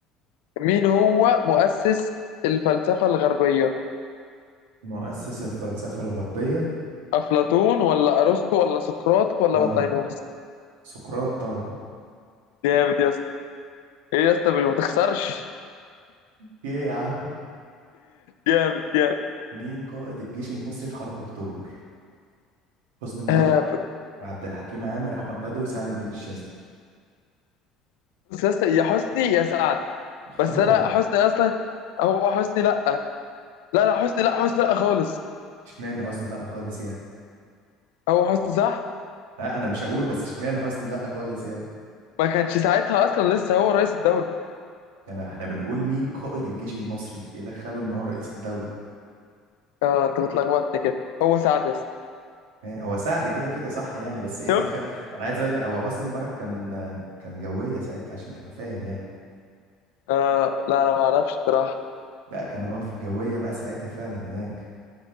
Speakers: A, on the left; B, on the right.
A: مين هو مؤسس الفلسفة الغربية؟
B: مؤسس الفلسفة الغربية
A: أفلاطون ولا أرسطو ولا سقراط ولا
B: مر-
A: بطليموس؟
B: سقراط طبعا
A: جامد يا ايه يا اسطى مش ما تخسرش
B: في ايه يا عم
A: جامد جامد
B: مين قائد الجيش المصري في حرب اكتوبر حسني مبارك
A: آه
B: عبد الحكيم عامر احمد بدوي سعد الدين الشاذلي
A: بص يا اسطى يا حسني يا سعد
B: اختار
A: بس انا حسني اصلا هو حسني لا لا لا حسني لا حسني لا خالص
B: اشمعنى حسني لا خالص يعني
A: هو حسني صح
B: لا انا مش هقول بس اشمعنى حسني لا خالص يعني
A: ما كانش ساعتها اصلا لسه هو رئيس الدوري
B: يعني احنا بنقول مين قائد الجيش المصري ايه دخله ان هو رئيس الدوله
A: اه انت بتلخبطني كده هو سعد يا اسطى
B: إيه هو سعد كده كده صح يعني بس ايه
A: شوف
B: دخل انا عايز اقول لك هو حسني مبارك كان كان جويه ساعتها عشان تبقى فاهم يعني
A: آه لا انا ما اعرفش بصراحه
B: لا كان هو في الجويه بقى ساعتها فعلا هناك